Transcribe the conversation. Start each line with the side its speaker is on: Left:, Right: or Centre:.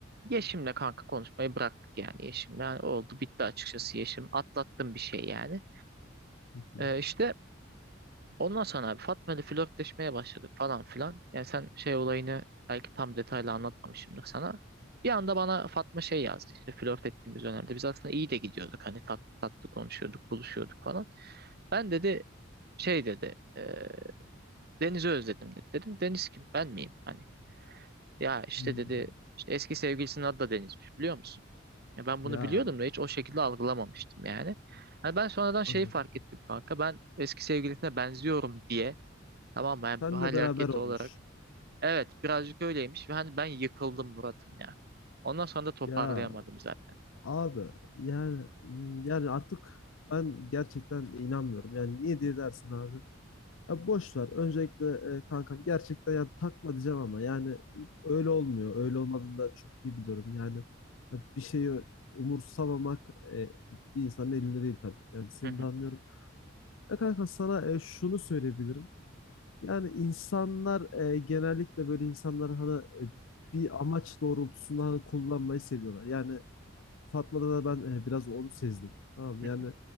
Right: Yeşim'le kanka konuşmayı bıraktık yani Yeşim'le. Yani oldu bitti açıkçası Yeşim. Atlattım bir şey yani.
Left: Hı hı.
Right: Ee, işte Ondan sonra abi Fatma ile flörtleşmeye başladık falan filan. Yani sen şey olayını belki tam detaylı anlatmamışımdır sana. Bir anda bana Fatma şey yazdı işte flört ettiğimiz dönemde. Biz aslında iyi de gidiyorduk hani tatlı tatlı konuşuyorduk, buluşuyorduk falan. Ben dedi şey dedi e, Deniz'i özledim dedi. Dedim Deniz kim ben miyim? Hani ya işte
Left: Hmm.
Right: dedi işte eski sevgilisinin adı da Deniz'miş biliyor musun? Ya ben
Left: Ya
Right: bunu biliyordum da hiç o şekilde algılamamıştım yani. Hani ben sonradan şeyi
Left: anladım.
Right: fark ettim kanka ben eski sevgilisine benziyorum diye Tamam mı? Yani
Left: Senle
Right: hal
Left: beraber
Right: hareketi
Left: olmuş.
Right: olarak. Evet birazcık öyleymiş ve hani ben yıkıldım Murat'ım ya. Ondan sonra da toparlayamadım
Left: Ya
Right: zaten.
Left: abi yani yani artık ben gerçekten inanmıyorum. Yani niye diye dersin abi? Ya boş ver. Öncelikle e, kankam gerçekten yani takma diyeceğim ama yani öyle olmuyor. Öyle olmadığını da çok iyi biliyorum. Yani ha, bir şeyi umursamamak e, bir insanın elinde değil tabii. Yani seni
Right: Hı hı,
Left: de anlıyorum. Ya kanka sana e, şunu söyleyebilirim. Yani insanlar e, genellikle böyle insanlar hani e, bir amaç doğrultusunda hani kullanmayı seviyorlar. Yani Fatma'da da ben e, biraz onu sezdim. Tamam mı?
Right: hı
Left: yani
Right: hı,